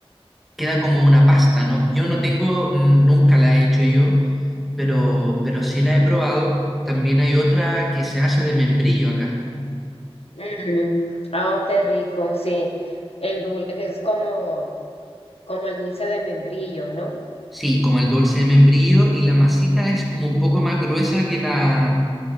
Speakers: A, in the centre; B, on the left.
A: queda como una pasta, ¿no? Yo no tengo, nunca la he hecho yo, pero, pero sí la he probado. También hay otra que se hace de membrillo acá.
B: Mm, oh, qué rico, sí. El dulce, que es como, como el dulce de membrillo, ¿no?
A: Sí, como el dulce de membrillo y la masita es como un poco más gruesa que la,